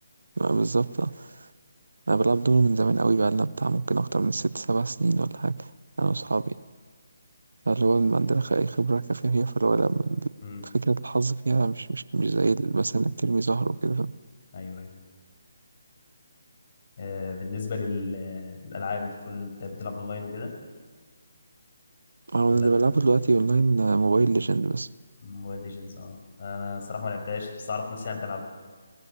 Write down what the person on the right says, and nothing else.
آه، بالظبط آه. انا بلعب دومينو من زمان قوي بقى لنا بتاع ممكن اكتر من ست سبع سنين ولا حاجه انا
واصحابي
اللي هو ما عندنا خ- اي خبره كافيه فيها، فاللي هو لا من-
فكره الحظ فيها مش مش مش زي ال- مثلا انك ترمي زهر وكده فاهم؟
انا
اللي بلعبه دلوقتي اونلاين آه، موبايل ليجند بس